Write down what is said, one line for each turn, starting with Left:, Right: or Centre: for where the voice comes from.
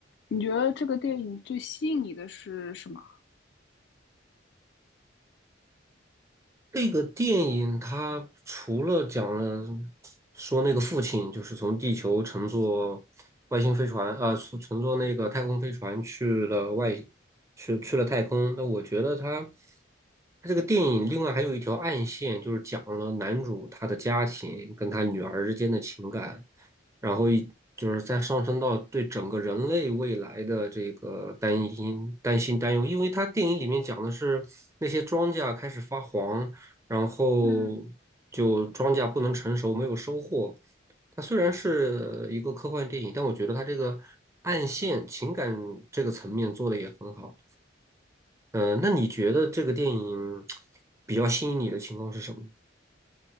Left: 你觉得这个电影最吸引你的是什么？
Right: 这个电影它除了讲了说那个父亲就是从地球乘坐外星飞船啊，乘乘坐那个太空飞船去了外，去去了太空。那我觉得它它这个电影另外还有一条暗线，就是讲了男主他的家庭跟他女儿之间的情感。然后一就是再上升到对整个人类未来的这个担心、担心、担忧，因为它电影里面讲的是那些庄稼开始发黄，然后就庄稼不能成熟，
Left: 嗯。
Right: 没有收获。它虽然是一个科幻电影，但我觉得它这个暗线情感这个层面做的也很好。呃，那你觉得这个电影比较吸引你的情况是什么？